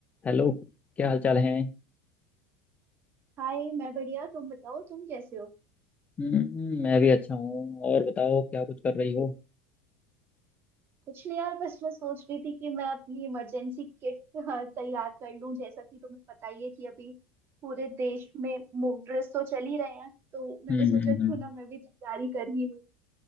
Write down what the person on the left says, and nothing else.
Hello क्या हाल चाल है
हम्म मैं भी अच्छा हूँ और बताओ क्या कुछ कर रही हो
हम्म
हम्म
हम्म।